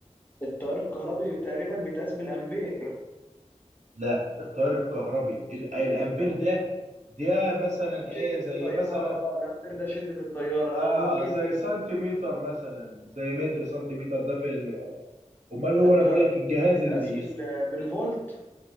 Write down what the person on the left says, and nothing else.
التيار الكهربي تقريبا بيتقاس بالامبير
شدة
التيار
اه الامبير ده شدة التيار
اه ممكن
التيار
يتقاس
بال... بالفولت